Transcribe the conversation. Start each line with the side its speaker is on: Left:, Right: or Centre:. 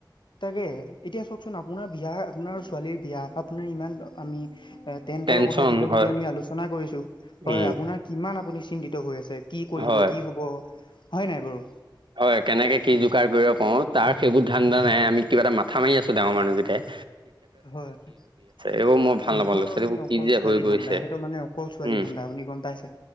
Left: তাকে, এতিয়া চওকচোন আপোনাৰ বিয়া আপোনাৰ ছোৱালীৰ বিয়া, আপোনাৰ ইমান আমি টেন্টৰ
Right: টেনচন
Left: কথা কিবা
Right: হয়
Left: কিবি আমি আলোচনা কৰিছোঁ। হয়
Right: উম।
Left: আপোনাৰ কিমান আপুনি চিন্তিত হৈ আছে কি কৰিব
Right: হয়
Left: কি হ'ব হয় নাই বাৰু?
Right: হয় কেনেকে কি যোগাৰ কৰিব পাৰোঁ তাৰ সেইবোৰ ধান্দা নাই আমি কিবা এটা মাথা মাৰি আছো ডাঙৰ মানুহকেটাই।
Left: হয়, সিহঁতৰ
Right: এইবোৰ মই ভাল নাপাওঁ ল'ৰা ছোৱালীবোৰ
Left: মানে অকল
Right: কি যে
Left: ছোৱালী
Right: হৈ গৈছে
Left: ধান্দা এঁহেতৰ মানে অকল ছোৱালী
Right: উম
Left: ধান্দা আপুনি গম পাইছে,